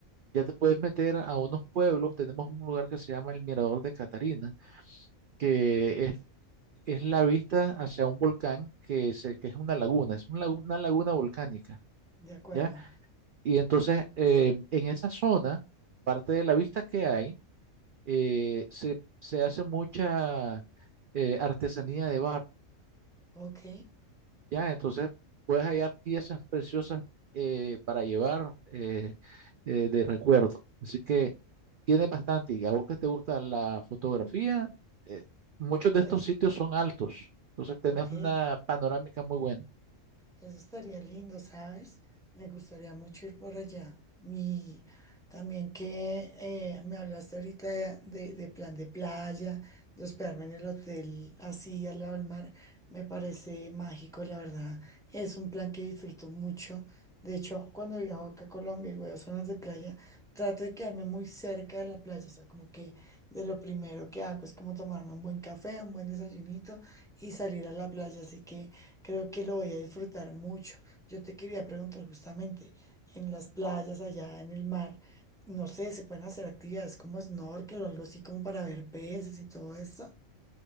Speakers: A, on the right; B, in the centre.
A: ya te puedes meter a unos pueblos. Tenemos un lugar que se llama el Mirador de Catarina, que es es la vista hacia un volcán que, se, que es una laguna, es una, lagu- una laguna volcánica,
B: de acuerdo.
A: ¿ya? Y entonces eh, en esa zona, parte de la vista que hay, eh, se, se hace mucha eh, artesanía de barro,
B: Ok,
A: ¿ya? Entonces puedes hallar piezas preciosas eh, para llevar eh, eh, de recuerdo. Así que tiene bastante. Y a vos que te gusta la fotografía, eh, muchos de
B: pues,
A: estos sitios son altos. Entonces tenés
B: ok.
A: una panorámica muy buena.
B: Eso estaría lindo, ¿sabes? Me gustaría mucho ir por allá. Y también que eh, me hablaste ahorita de, de- de plan de playa, de hospedarme en el hotel así al lado del mar, me parece mágico, la verdad. Es un plan que disfruto mucho. De hecho, cuando viajo acá a Colombia y voy a zonas de playa, trato de quedarme muy cerca de la playa. O sea, como que de lo primero que hago es como tomarme un buen café, un buen desayunito y salir a la playa. Así que... Creo que lo voy a disfrutar mucho. Yo te quería preguntar justamente, en las playas allá en el mar, no sé, ¿se pueden hacer actividades como snorkel o algo así como para ver peces y todo eso.